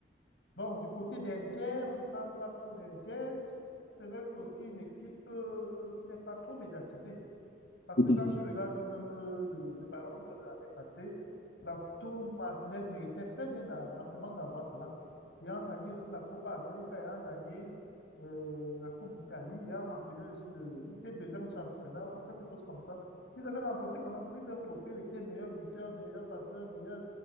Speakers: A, on the left; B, on the left.
A: Bon, du côté d'Inter, on ne parle pas trop d'Inter. C'est vrai que c'est aussi une équipe euh, qui n'est pas trop médiatisée. Parce
B: tout
A: que quand
B: à fait.
A: tu regardes même euh, le, le ballon d'or de l'année passée, Lautaro Martinez méritait très bien d'a- amplement d'avoir cela. Ayant gagné aussi la Copa América, ayant gagné euh, la Coupe d'Italie, ayant remporté aussi le, il était deuxième au championnat ou quelque chose comme ça. Ils avaient remporté quand même plusieurs trophées. Il était meilleur buteur, meilleur passeur, meilleur.